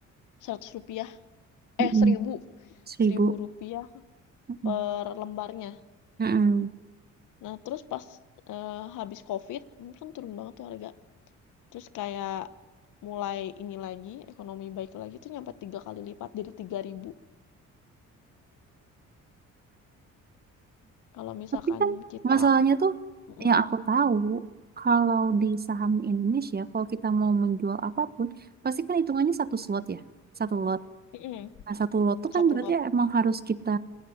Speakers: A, on the left; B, on the right.
A: seratus rupiah
B: Mm-mm.
A: eh, seribu
B: Seribu.
A: seribu rupiah
B: Mm-mm.
A: per lembarnya.
B: Mm-mm.
A: Nah, terus pas, eee, habis Covid, hmm, kan turun banget tuh harga. Terus kayak mulai ini lagi, ekonomi baik lagi tuh nyampe tiga kali lipat jadi tiga ribu Kalau misalkan
B: Tapi kan
A: kita
B: masalahnya tuh
A: Mm-mm.
B: yang aku tahu kalau di saham Indonesia kalau kita mau menjual apapun pasti kan hitungannya satu slot ya. Satu lot.
A: Mm-mm.
B: Nah, satu lot tuh
A: satu
B: kan berarti
A: lot.
B: emang harus kita